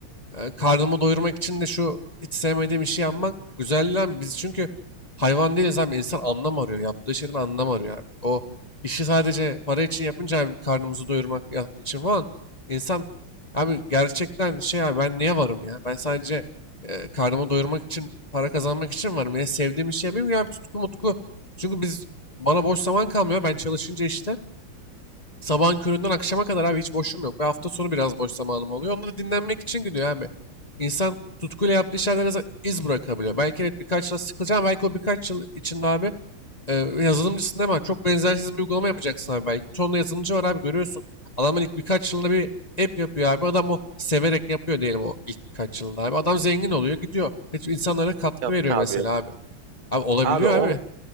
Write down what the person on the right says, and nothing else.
Yok
abi
yok.
Abi o